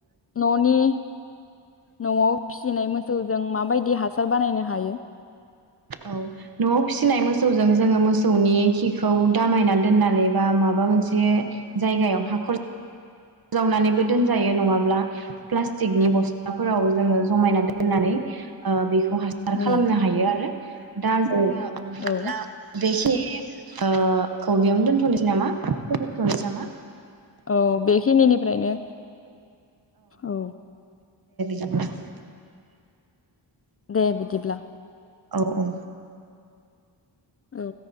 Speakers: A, on the left; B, on the right.
A: न'नि न'आव फिसिनाय मोस बुस्थु जों माबायदि हासार बानायनो हायो
B: औ न'आव फिसिनाय मोस मोसौजों जोङो मोसौनि खिखौ दामायना दोननानै बा माबा मोनसे जायगायाव हाखर जावनानैबो दोनजायो नङाब्ला प्लास्टिकनि बस्थाफोराव जोङो जमायना दोननानै बेखौ हासार
A: उम
B: खालामनो हायो आरो दाल बिदिब्ला
A: औ
B: बेखि खौ बेयावनो दोनथ'नोसै नामा फोजोबथ'नोसै नामा
A: औ बे खिनिनिफ्रायनो औ
B: <inaudible>
A: दे बिदिब्ला
B: अ
A: औ